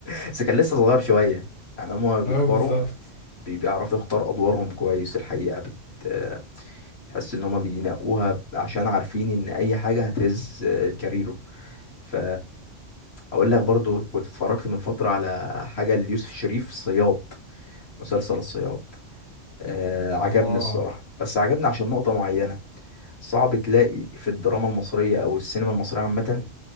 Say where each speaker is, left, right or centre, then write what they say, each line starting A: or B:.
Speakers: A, on the left; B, on the left.
A: بس كان لسه صغير شوية يعني هما بيكبروا
B: اه بالظبط
A: بي- بيعرفوا يختار ادوارهم كويس الحقيقه بت آه، تحس ان هما بينقوها عشان عارفين ان اي حاجه هتهز آه، كاريره ف اقول لك برضو كنت اتفرجت من فتره على حاجه ليوسف شريف صياد مسلسل الصياد آه عجبني
B: اه
A: الصراحه بس عجبني عشان نقطه معينه صعب تلاقي في الدراما المصريه او السينما المصريه عامه